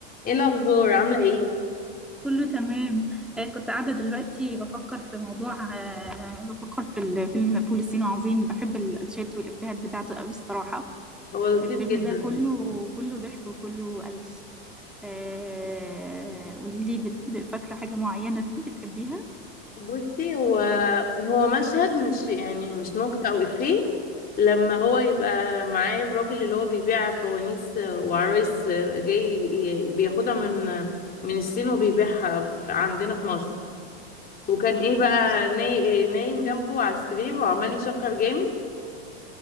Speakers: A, on the left; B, in the centre.
A: ايه الاخبار عامله ايه
B: كله تمام آه، كنت قاعدة دلوقتي بفكر في موضوع آه، بفكر في الفيلم فول الصين العظيم بحب ال- الشات والإفيهات بتاعته قوي الصراحة
A: هو لطيف
B: الفيلم
A: جدا
B: ده كله كله ضحك وكله قلش آه، قولي لي بت- ب- فاكرة حاجة معينة فيه بتحبيها؟ <laughs>
A: بصي هو هو مشهد مش يعني مش نكته او افيه لما هو يبقى معاه الراجل اللي هو بيبيع فوانيس وعرايس جاي ي- بياخدها من من الصين وبيبيعها عندنا في مصر وكان ايه بقى ناي- نايم جنبه على السرير وعمال يشخر جامد